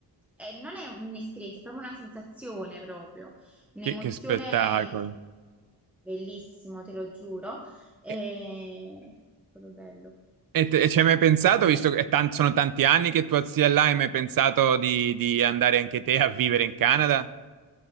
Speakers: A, in the centre; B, on the right.
A: è non è un'esperienza, è proprio una sensazione proprio, un'emozione
B: che, che spettacolo.
A: bellissimo, te lo giuro, è
B: E,
A: proprio bello.
B: e te- e ci hai mai pensato, visto che è tan- sono tanti anni che tua zia è là, hai mai pensato di, di andare anche te a vivere in Canada?